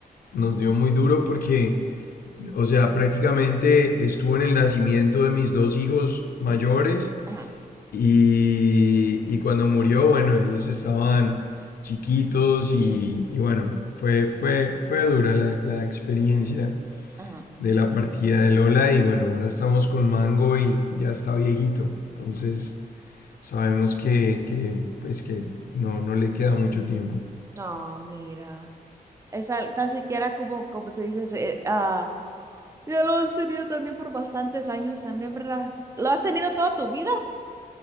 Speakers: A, on the left; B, on the right.
A: nos dio muy duro porque, o sea, prácticamente estuvo en el nacimiento de mis dos hijos mayores
B: ajá,
A: Y, y cuando murió, bueno, ellos estaban chiquitos y, y bueno, fue, fue, fue dura la, la experiencia
B: ajá.
A: de la partida de Lola y bueno, ahora estamos con Mango y ya está viejito, entonces sabemos que, que, pues que no, no le queda mucho tiempo.
B: No, mira, esa tan siquiera como, como tú dices, eh, ah, ya lo has tenido también por bastantes años también, ¿verdad? ¿Lo has tenido toda tu vida?